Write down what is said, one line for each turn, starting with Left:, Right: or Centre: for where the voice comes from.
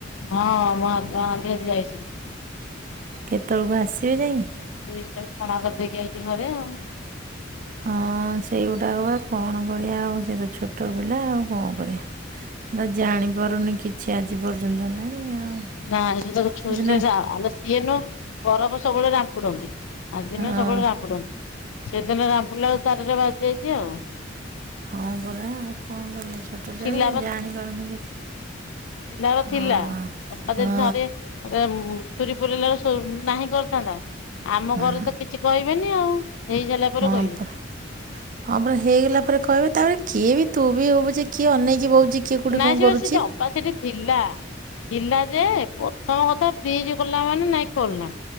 Left: ହଁ <unintelligible> ଯାଇଛି।
Right: କେତେବେଳକୁ ଆସିବେ ଯାଇକି?
Left: ସ୍ୱିଚ ଟାକୁ କଣା କରିଦେଇକି ଆଇଚି ଘରେ ଆଉ।
Right: ହଁ ସେଇଗୁଟା କ ବା କଣ କରିବା ଆଉ ସେ ତ ଛୋଟ ପିଲା ଆଉ କ କରିବା। ଜାଣିପାରୁନି କିଛି ଆଜି ପର୍ଯ୍ୟନ୍ତ ହେଲାଣି ଆଉ।
Left: <unintelligible> ସିଏ
Right: ସେ ସିନା
Left: ନୁହ ବରଫ ସବୁବେଳେ ରାମ୍ପୁଡନ୍ତି। ଆଜିିନୁହଁ
Right: ହଁ
Left: ସବୁବେଳେ ରାମ୍ପୁଡନ୍ତି ସେଦିନ ରାମ୍ପୁଡ଼ିଲା ଆ ତାରରେ ବାଜି ଯାଇଛି ଆଉ।
Right: ହଁ ପରା ଆଉ କଣ କରିବା ଛୋଟ ଛୁଆଟା
Left: ଶିଲା
Right: ସେ ଜାଣିପାରୁନି କିଛି।
Left: ପିଲା ଅ
Right: ହଁ
Left: ଥିଲା ଅପା
Right: ହଁ
Left: ଯଦି ଥରେ <unintelligible> ଛୁରୀ ପୁରିଲା <unintelligible> ନାହିଁ କରିଥାନ୍ତା। ଆମ
Right: ହୁଁ
Left: ଘରେ ତ କିଛି କହିବେନି ଆଉ ହେଇସାରିଲା ପରେ
Right: ହଁ
Left: କହିବେ।
Right: ପରା ହଁ ପରା ହେଇଗଲା ପରେ କହିବେ ତାପରେ କିଏ ବି ତୁ ବି ହଉପଛେ କିଏ ଅନେଇକି ବଉଛି କିଏ କେଉଁଠି
Left: ନାଇଁ
Right: କ'ଣ
Left: ସେ
Right: କରୁଛି
Left: ବା ସେଠି ଅପା ସେଠି ଥିଲା ଥିଲା ଯେ ପ୍ରଥମ କଥା ଫ୍ରିଜ ଖୋଲିଲା ମାନେ ନାଇଁ ଖୋଲନା।